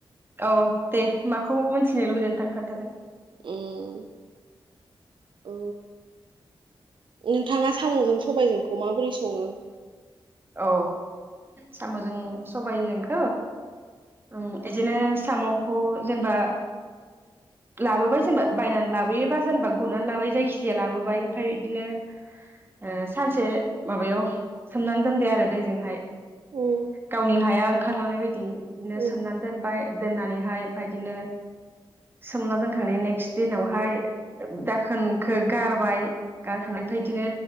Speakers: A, on the right (about 25°); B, on the right (about 60°).
A: औ दे माखौ मिथिनो लुबैदों नोंथां खोन्थालाय।
B: उम। अ नोंथाङा साम'जों सबायजोंखौ माबोरै सङो।
A: अ साम'जों सबायाइजोंखो उम इदिनो साम'खौ जेनबा लाबोबाय जेनबा बायनानै लाबोयोबा जेनबा गरनानै लाबोयो जायखिजाया लाबोबाय ओमफाय यिदिनो ओ सानसे माबायाव सोमनानै दोनबाय आरो दैजोंहाय।
B: उम
A: गावनि हाया ओंखारलांनाय बायदि। बिदिनो
B: उम
A: सोमनानै दोनबाय दोननानैहाय ओमफाय इदिनो सोमना दोनखांनाय नेक्स्ट दिनावहाय दाखोनखो गारबाय। गारखांनायनफाय इदिनो